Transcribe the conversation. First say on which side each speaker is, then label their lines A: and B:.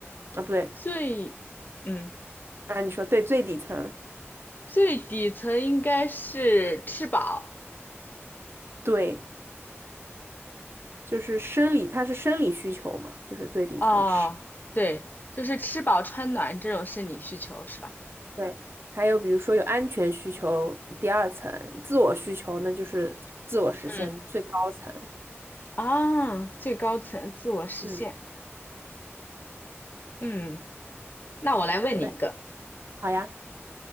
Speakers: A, on the right; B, on the left.
A: 啊，不对，
B: 最，嗯，
A: 啊，你说对，最底层，
B: 最底层应该是吃饱，
A: 对，就是生理，它是生理需求嘛，就是最底层吃。
B: 哦，对，就是吃饱穿暖这种是你需求是吧？
A: 对。还有比如说有安全需求，第二层；自我需求那就是自我实现最高层。
B: 嗯啊，最高层自我实现。
A: 嗯，
B: 嗯，那我来问你一个，
A: 那好呀，